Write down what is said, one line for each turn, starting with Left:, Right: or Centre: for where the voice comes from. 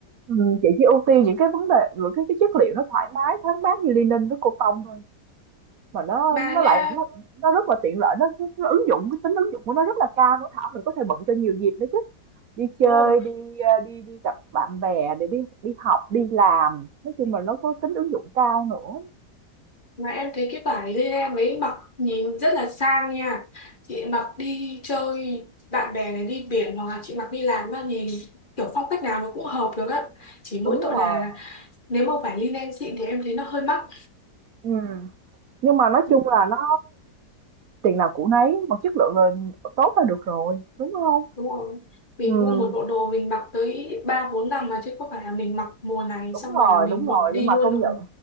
Right: ừ, chị chỉ ưu tiên những cái vấn đề những cái cái chất liệu nó thoải mái thoáng mát như linen với cotton thôi mà nó
Left: mà
Right: nó
Left: nha
Right: lại nó, nó rất là tiện lợi nó, nó ứng dụng cái tính ứng dụng của nó rất là cao nó thảo mình có thể bận cho nhiều dịp nữa chứ đi chơi
Left: đúng rồi
Right: đi ờ, đi đi gặp bạn bè để đi đi học đi làm nói chung là nó có tính ứng dụng cao nữa
Left: mà em thấy cái vải lê mấy mặc nhìn rất là sang nha chị mặc đi chơi bạn bè này đi biển hoặc là chị mặc đi làm mà nhìn kiểu phong cách nào nó cũng hợp được á chỉ mỗi
Right: đúng
Left: tội
Right: rồi
Left: là nếu mà vải linen xịn thì em thấy nó hơi mắc
Right: ừ nhưng mà nói
Left: đúng,
Right: chung là nó tiền nào của nấy mà chất lượng là tốt là được rồi đúng không
Left: đúng rồi mình
Right: ừ
Left: mua một bộ đồ mình mặc tới ba bốn năm mà chứ không phải là mình mặc mùa này
Right: đúng
Left: xong
Right: rồi
Left: rồi là mình
Right: đúng
Left: bỏ
Right: rồi
Left: đi
Right: nhưng mà
Left: luôn
Right: công
Left: đâu
Right: nhận